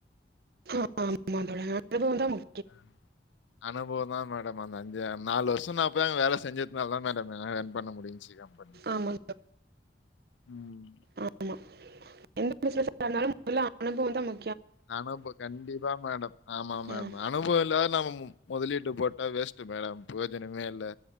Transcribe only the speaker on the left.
அ அனுபவ ஆமா மேடம் அந்த அஞ்ச நாலு வருஷ நா போய் அங்க வேலை செஞ்சதுனால தா மேடம் என்னால ரன் பண்ண முடின்ச்சி கம்பெனி
ம்
அனுப கண்டிப்பா மேடம் ஆமா மேம்
அனுபவ இல்லாத நம்மமு முதலீட்டு போட்டா வேஸ்ட்டு மேடம் புரோயஜனமே இல்ல